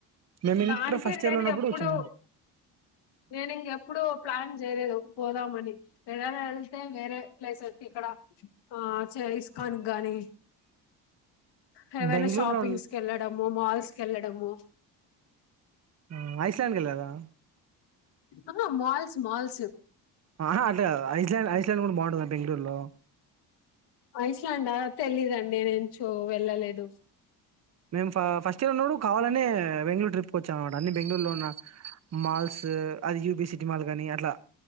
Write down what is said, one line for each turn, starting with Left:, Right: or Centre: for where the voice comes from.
Right: మేము ఇంటర్
Left: దానికి
Right: ఫస్ట్ ఇయర్
Left: నేను
Right: లో ఉన్నప్పుడు
Left: ఎప్పుడు
Right: వచ్చినాం
Left: నేను ఇంకెప్పుడు ప్లాన్ చేయలేదు పోదామని ఏదైనా వెళ్తే వేరే. ప్లస్ ఇక్కడ ఆ ఇస్కాన్. గాని హెవెన్
Right: బెంగళూరులో
Left: ఆఫీసు షాపింగ్ వెళ్ళాడం గాని మాల్స్. వెళ్ళాడము.
Right: ఓ ఐస్ల్యాండ్ కి వెళ్ళారా.
Left: ఆహా మాల్స్ మాల్స్.
Right: ఆహా అట్లా ఐస్ల్యాండ్ ఐస్ల్యాండ్ కూడా బాగుంటుంద బెంగళూరులో.
Left: ఐస్ల్యాండా తెలీయదండి నేనుంచో వెళ్ళలేదు.
Right: మేము ఫ ఫస్ట్ ఇయర్ ఉన్నప్పుడు కావాలనే బెంగళూరు ట్రిప్ కి వచ్చాం అన్నమాట అన్ని బెంగళూరులో ఉన్న మాల్స్ అది యూపీ సిటీ మాల్స్ కానీ అట్లా.